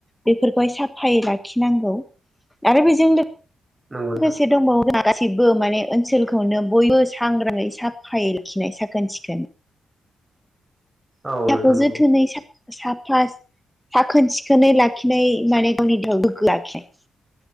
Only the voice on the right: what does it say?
नंगौ नंगौ
नंगौ नोंथां नंगौ नोंथां औ नोंथां
नंगौ